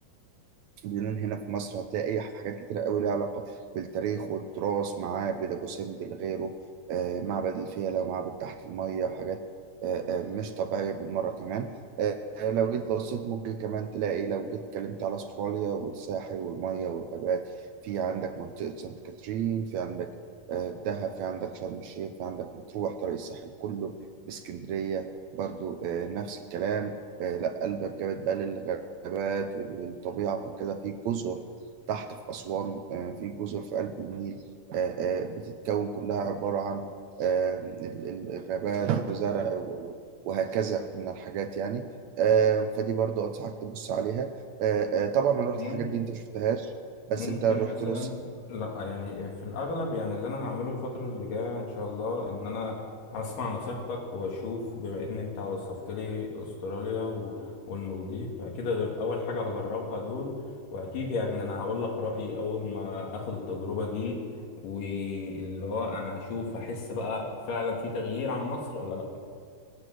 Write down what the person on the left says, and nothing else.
ممكن
ممكن
مثلا
لا يعني في الاغلب يعني اللي انا هعمله الفتره اللي جايه ان شاء الله ان انا هسمع نصيحتك واشوف بما ان انت وصفت لي استراليا و- والمالديف فاكيد ده اول حاجه هجربها دول واكيد يعني انا هقول لك رايي اول ما اخد التجربه دي واللي هو انا هشوف هحس بقى فعلا في تغيير عن مصر ولا لا